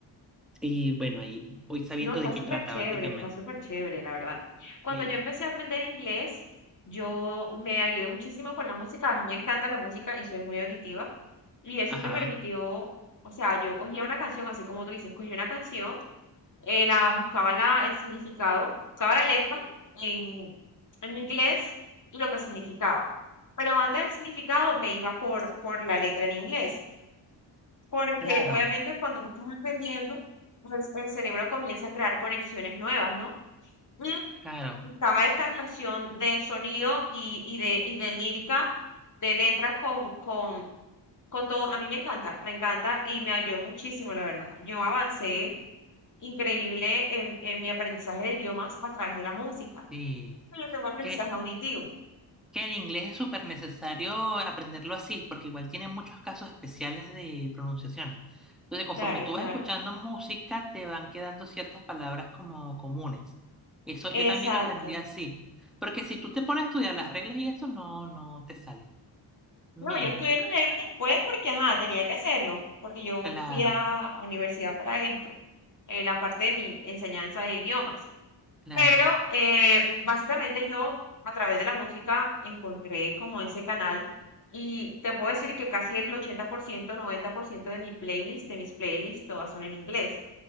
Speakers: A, in the centre; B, on the left (about 40°).
A: Y bueno, ahí voy sabiendo
B: No, está
A: de qué
B: súper
A: trata,
B: chévere,
A: básicamente.
B: está súper chévere, la verdad. Cuando
A: Sí.
B: yo empecé a aprender inglés, yo me ayudé muchísimo con la música. A mí me encanta la música y soy muy auditiva. Y eso
A: Ajá,
B: me permitió, o sea, yo cogía una canción, así como tú dices, cogía una canción, eh, la buscaba la, el significado, buscaba la letra en, en inglés y lo que significaba. Pero antes del significado me iba por, por la letra en inglés. Porque
A: claro,
B: obviamente cuando tú estás aprendiendo, pues, el, cerebro comienza a crear conexiones nuevas, ¿no? Y
A: claro.
B: estaba esta relación de sonido y, y de, y de lírica, de letra con, con, con todo. A mí me encanta, me encanta y me ayudó muchísimo, la verdad. Yo avancé increíble en, en mi aprendizaje de idiomas a través de la música.
A: Sí.
B: Yo tengo aprendizaje
A: Que,
B: auditivo.
A: que el inglés es súper necesario aprenderlo así, porque igual tiene muchos casos especiales de pronunciación. Entonces, conforme
B: Claro,
A: tú
B: claro.
A: vas escuchando música, te van quedando ciertas palabras como comunes. Eso yo
B: Exacto.
A: también aprendí así. Porque si tú te pones a estudiar las reglas y eso, no, no te sale. Mira,
B: No, yo estudié en el negro después porque, ajá, tenía que hacerlo, porque yo
A: claro,
B: fui a, a universidad para esto, eh, la parte de mi enseñanza de idiomas.
A: claro.
B: Pero eh, básicamente yo a través de la música encontré como ese canal y te puedo decir que casi el 80%, 90% de mi playlist, de mis playlists, todas son en inglés.